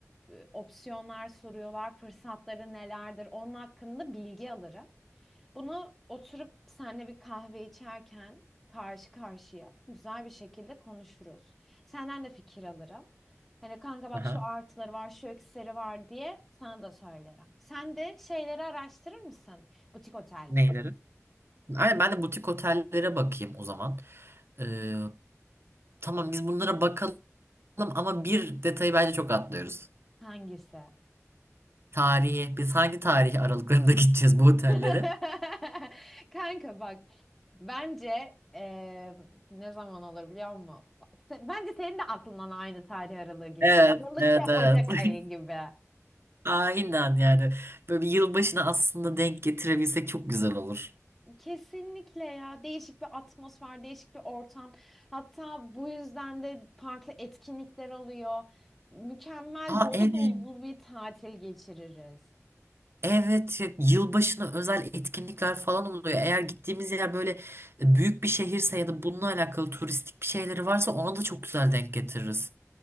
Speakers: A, in the centre; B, on the right (about 50°).
A: e, opsiyonlar soruyorlar, fırsatları nelerdir, onun hakkında bilgi alırım. Bunu oturup seninle bir kahve içerken karşı karşıya güzel bir şekilde konuşuruz. Senden de fikir alırım. Hani kanka bak
B: aha.
A: şu artıları var, şu eksileri var diye sana da söylerim. Sen de şeyleri araştırır mısın? Butik oteller.
B: Neyleri? Aynen ben de butik otellere bakayım o zaman. Ee, tamam biz bunlara bakalım ama bir detayı bence çok atlıyoruz.
A: Hangisi?
B: Tarihi. Biz hangi tarih aralıklarında <laughs> gideceğiz bu otellere?
A: <laughs> Kanka bak bence eee, ne zaman olur biliyor musun? Se- Bence senin de aklından aynı tarih aralığı geçiyor.
B: Evet,
A: Aralık
B: evet,
A: ve
B: evet.
A: Ocak
B: <laughs>
A: ayı gibi.
B: Aynen yani. Böyle bir yılbaşına aslında denk getirebilsek çok güzel olur.
A: Kesinlikle ya değişik bir atmosfer, değişik bir ortam. Hatta bu yüzden de farklı etkinlikler oluyor. Mükemmel
B: Aa
A: dolu
B: evet.
A: dolu bir tatil geçiririz.
B: Evet, ya- yılbaşına özel etkinlikler falan oluyor. Eğer gittiğimiz yer böyle büyük bir şehirse ya da bununla alakalı turistik bir şeyleri varsa ona da çok güzel denk getiririz.